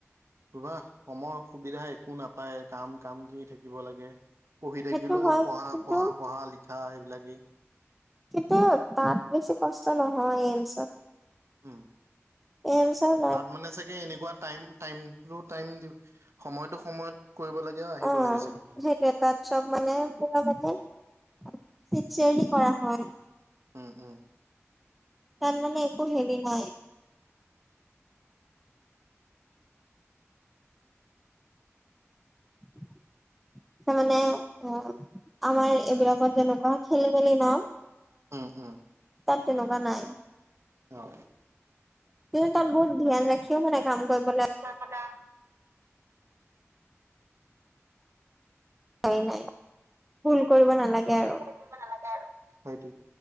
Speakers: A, on the right; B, in the centre.
A: ধোৱা সমৰ সুবিধা একো নাপায়, কাম কাম কি থাকিব লাগে। পঢ়ি থাকিলেও
B: সেইটো হয়
A: পঢ়া,
B: কিন্তু
A: পঢ়া, পঢ়া লিখা সেইবিলাকে।
B: কিন্তু তাত বেছি কষ্ট নহয় এইমছত।
A: উম'।
B: এইমচত
A: তাত মানে চাগে এনেকুৱা টাইম টাইম লো টাইম দি সময়তো সময়ত কৰিব লাগে আৰু আহিব
B: অ
A: লাগে চাগে।
B: সেইটোৱে তাত চব মানে পুৰা মানে চিনচিয়েৰলি কৰা হয়।
A: উম উম'।
B: তাত মানে একো হেৰী নাই <inaudible> তাৰমানে ধৰা আমাৰ এইবিলাকত যেনেকুৱা খেলি-মেলি ন?
A: উম উম'।
B: তাত তেনেকুৱা নাই।
A: অ।
B: তুমি তাত বহুত ধ্যান ৰাখিব মানে কাম কৰিবলে।
A: মাথা
B: নাই নাই ভুল কৰিব নালাগে আৰু।
A: কৰিব নালাগে আৰু, হয়টো।